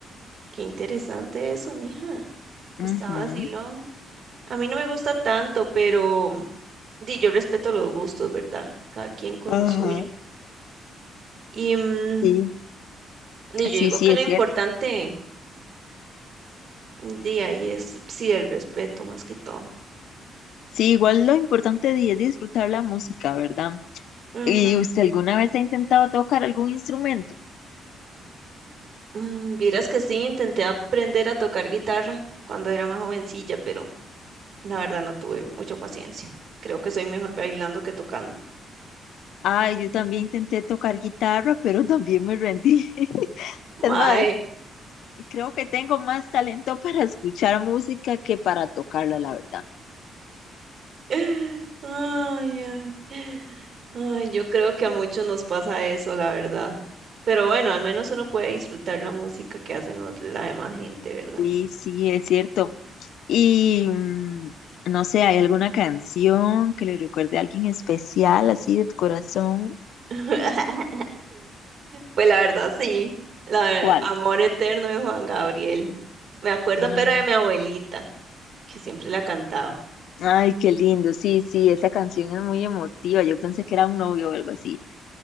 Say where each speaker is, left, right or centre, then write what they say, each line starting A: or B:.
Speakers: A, on the right; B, on the left.
A: qué interesante eso, mija. Está
B: Ujú,
A: vacilón. A mí no me gusta tanto, pero di, yo respeto los gustos, ¿verdad? Cada quien con
B: Ajá.
A: lo suyo. Y mm,
B: Sí,
A: di, yo
B: sí,
A: digo
B: sí,
A: que
B: es
A: lo importante
B: cierto.
A: de ahí es, sí, el respeto más que todo.
B: Sí, igual lo importante di- es disfrutar la música, ¿verdad?
A: Ujú.
B: ¿Y usted alguna vez ha intentado tocar algún instrumento?
A: Mm, vieras que sí, intenté aprender a tocar guitarra cuando era más jovencilla, pero la verdad no tuve mucha paciencia. Creo que soy mejor bailando que tocando.
B: Ay, yo también intenté tocar guitarra, pero <laughs> también me rendí. <laughs>
A: Mae,
B: Es más, creo que tengo más talento para escuchar música que para tocarla, la verdad.
A: <laughs> Ay, ay. Ay, yo creo que a muchos nos pasa eso, la verdad. Pero bueno, al menos uno puede disfrutar la música que hacen los- la demás gente, ¿verdad?
B: Sí, sí, es cierto. Y mm, no sé, ¿hay alguna canción que le recuerde a alguien especial, así de tu corazón?
A: <laughs> Pues la verdad, sí. La, ver-
B: ¿Cuál?
A: Amor Eterno de Juan Gabriel. Me acuerdo,
B: Ah,
A: pero de mi abuelita, que siempre la cantaba.
B: ay, qué lindo. Sí, sí, esa canción es muy emotiva. Yo pensé que era un novio o algo así.